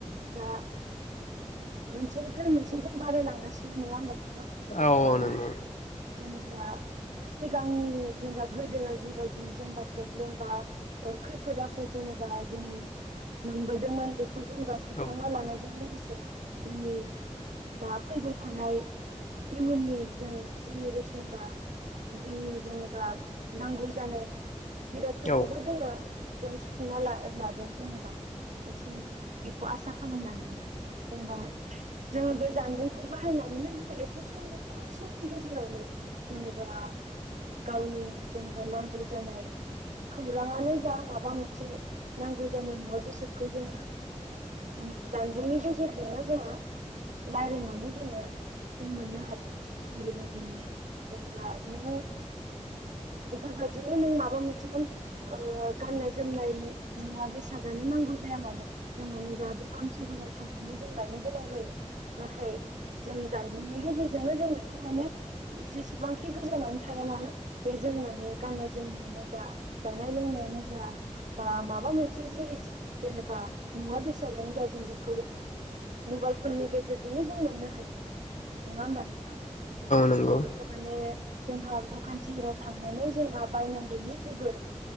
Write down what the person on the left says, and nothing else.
औ
औ नंगौ
औ
औ
नंगौ